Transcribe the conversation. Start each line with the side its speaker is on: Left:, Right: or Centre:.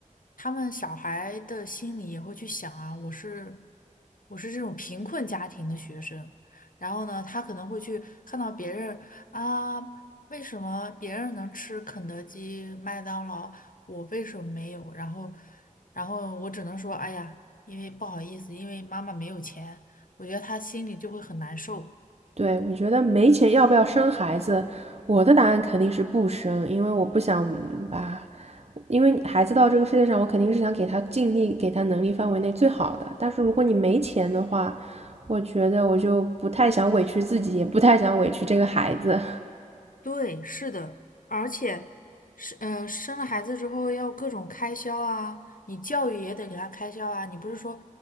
Left: 他们小孩的心里也会去想啊，我是我是这种贫困家庭的学生，然后呢，他可能会去看到别人啊，为什么别人能吃肯德基、麦当劳，我为什么没有？然后，然后我只能说，哎呀，因为不好意思，因为妈妈没有钱。我觉得他心里就会很难受。
Right: 对，我觉得没钱要不要生孩子，我的答案肯定是不生，因为我不想把，因为孩子到这个世界上，我肯定是想给他尽力，给他能力范围内最好的。但是如果你没钱的话，我觉得我就不太想委屈自己，也不太想委屈这个孩子。
Left: 对，是的，而且是呃，生了孩子之后要各种开销啊，你教育也得给他开销啊，你不是说